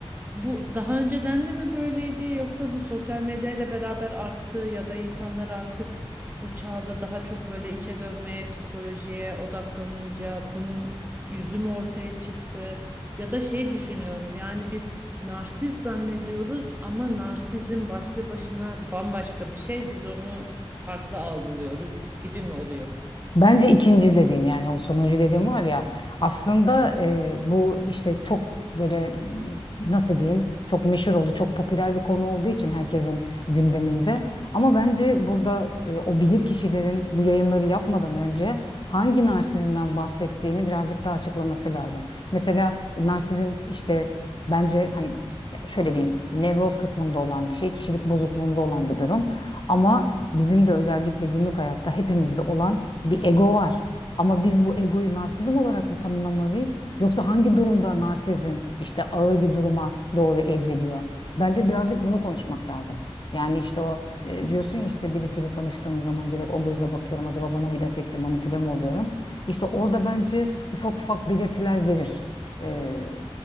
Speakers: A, on the right; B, on the left.
A: bu daha önceden de mi böyleydi yoksa bu sosyal medyayla beraber arttı ya da insanlar artık bu çağda daha çok böyle içe dönmeye, psikolojiye odaklanınca bunun üzümü ortaya çıktı ya da şey düşünüyorum. Yani biz narsist zannediyoruz ama narsizm başlı başına bambaşka bir şey. Biz onu farklı algılıyoruz gibi mi oluyor?
B: Bence ikinci dediğin yani o sonuncu dediğin var ya aslında e, bu işte çok böyle m, nasıl diyeyim çok meşhur oldu çok popüler bir konu olduğu için herkesin gündeminde ama bence burada e, o bilir kişilerin bu yayınları yapmadan önce hangi narsizmden bahsettiğini birazcık daha açıklaması lazım. Mesela e, narsizm işte bence hani ya şöyle diyeyim nevroz kısmında olan bir şey kişilik bozukluğunda olan bir durum ama bizim de özellikle günlük hayatta hepimizde olan bir ego var. Ama biz bu egoyu narsizm olarak mı tanımlamalıyız? Yoksa hangi durumda narsizm işte ağır bir duruma doğru evriliyor? Bence birazcık bunu konuşmak lazım. Yani işte o e, diyorsun ya işte birisiyle tanıştığım zaman direkt o gözle bakıyorum. Acaba bana bir laf etti, manipüle mi oluyorum? İşte orada bence ufak ufak belirtiler verir. Ee,